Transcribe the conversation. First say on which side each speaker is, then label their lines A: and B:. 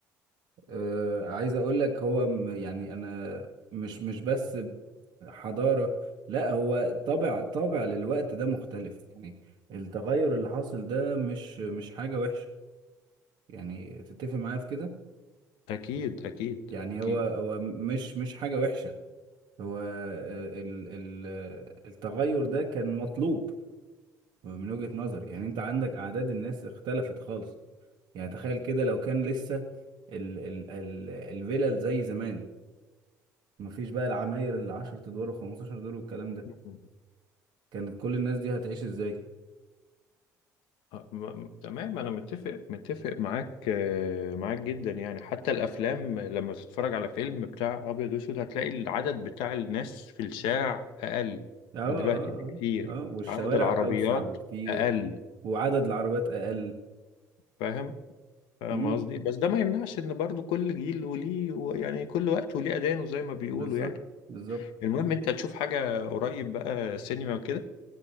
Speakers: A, on the right; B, on the left.
A: آه، عايز اقول لك هو م- يعني انا مش مش بس حضارة لا هو طابع طابع للوقت ده مختلف يعني التغير اللي حاصل ده مش مش حاجة وحشة يعني تتفق معايا في كده
B: أكيد أكيد
A: يعني
B: أكيد
A: هو هو مش مش حاجة وحشة هو آه، ال ال آه، التغير ده كان مطلوب من وجهة نظري يعني انت عندك اعداد الناس اختلفت خالص يعني تخيل كده لو كان لسه ال ال ال الفلل زي زمان مفيش بقى العماير اللي 10 ادوار و15 دور والكلام ده
B: م-
A: كانت كل الناس دي هتعيش ازاي
B: م- تمام أنا متفق متفق معاك آه، معاك جدا يعني حتى الأفلام لما تتفرج على فيلم بتاع أبيض وأسود هتلاقي العدد بتاع الناس في الشارع أقل
A: اه
B: من دلوقتي
A: اه
B: بكتير
A: اه اه والشوارع
B: عدد العربيات
A: اوسع بكتير
B: أقل
A: وعدد العربيات اقل
B: فاهم؟ فاهم
A: امم
B: قصدي بس ده ما يمنعش ان برضو كل جيل وليه و- يعني كل وقت وليه اذانه زي ما بيقولوا
A: بالظبط
B: يعني
A: بالظبط
B: المهم انت تشوف حاجة قريب بقى سينما وكده